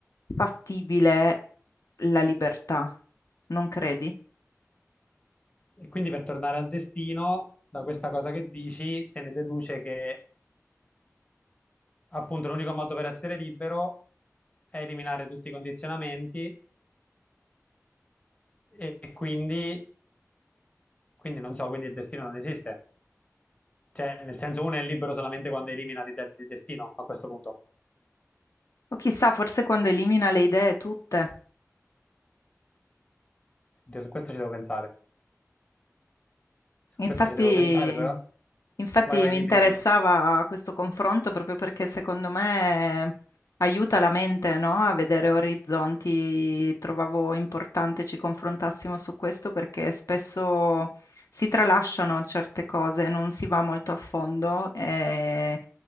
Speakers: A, on the left; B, on the left.
A: fattibile la libertà, non credi?
B: E quindi per tornare al destino, da questa cosa che dici, se ne deduce che appunto l'unico modo per essere libero è eliminare tutti i condizionamenti e e quindi, quindi non so, quindi il destino non esiste. Cioè, nel senso, uno è libero solamente quando elimina di- del destino, a questo punto.
A: O chissà, forse quando elimina le idee tutte.
B: Oddio, su questo ci devo pensare.
A: Infatti,
B: Questo ci devo pensare, però...
A: infatti
B: Vai, vai,
A: mi
B: dimmi,
A: interessava
B: dimmi.
A: questo confronto proprio perché secondo me aiuta la mente, no? A vedere orizzonti. Trovavo importante ci confrontassimo su questo perché spesso si tralasciano certe cose, non si va molto a fondo e